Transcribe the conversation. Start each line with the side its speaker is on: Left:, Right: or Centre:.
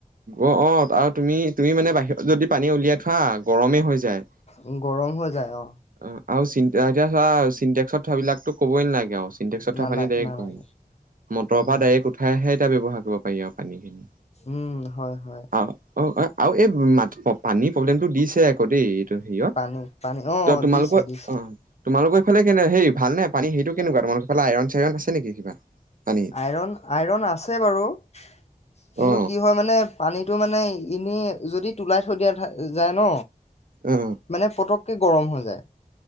Right: অ'-অ' আৰু তুমি তুমি মানে বাহ যদি পানী উলিয়াই থোৱা গৰমে হৈ যায়।
Left: উম, গৰম হৈ যায়, অ',
Right: অ' আৰু চিনতে, এতিয়া চোৱা চিনটেক্সত থোৱা বিলাকটো কবৈ নালাগে আৰু। ছিণ্টেক্সত
Left: নালা
Right: থোৱা পানী ডাইৰেক্ট
Left: নালাগে
Right: গৰম। মটৰ
Left: তাকে
Right: পৰা ডাইৰেক্ট উঠাইহে এতিয়া ব্যৱহাৰ কৰিব। পাৰি আৰু পানীখিনি।
Left: উম হয় হয়
Right: <unintelligible> আৰু এই মাত, অ পানীৰ প্ৰব্লেমটো দিছে আকৌ দেই। হেৰিয়ত
Left: পানী, পানী। অ
Right: ত' তোমালোকৰ
Left: দিছে দিছে
Right: অ, তোমালোকৰ ফালে কেনে, হে ভাল নে, পানী হেৰিটো কেনেকুৱা? তোমালোকৰ ফালে আইৰন চাইৰন আছে নেকি কিবা? পানী
Left: আইৰন, আইৰন আছে বাৰু। কিন্তু
Right: অ
Left: কি হয় মানে, পানীটো মানে এনেই যদি তোলাই থৈ দিয়া যা-যায় ন?
Right: অ
Left: মানে পতক ে গৰম হৈ যায়।